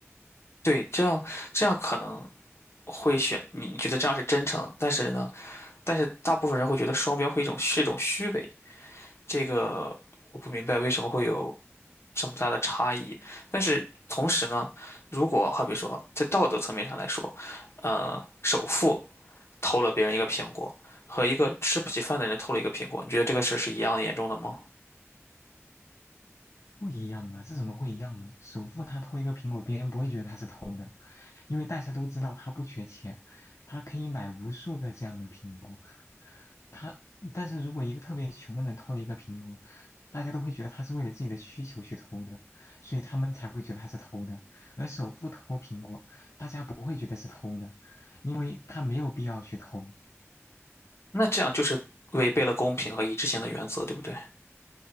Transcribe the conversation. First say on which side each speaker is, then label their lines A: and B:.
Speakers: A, on the left; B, on the left.
A: 对，这样这样可能会选你你觉得这样是真诚，但是呢，但是大部分人会觉得双标会一种是一种虚伪，这个我不明白为什么会有这么大的差异。但是同时呢，如果好比说在道德层面上来说，呃，首富偷了别人一个苹果，和一个吃不起饭的人偷了一个苹果，你觉得这个事儿是一样严重的吗？
B: 不一样啊，这怎么会一样呢？首富他偷一个苹果，别人不会觉得他是偷的，因为大家都知道他不缺钱，他可以买无数个这样的苹果。他，但是如果一个特别穷的人偷了一个苹果，大家都会觉得他是为了自己的需求去偷的，所以他们才会觉得他是偷的。而首富偷苹果，大家不会觉得是偷的，因为他没有必要去偷。
A: 那这样就是违背了公平和一致性的原则，对不对？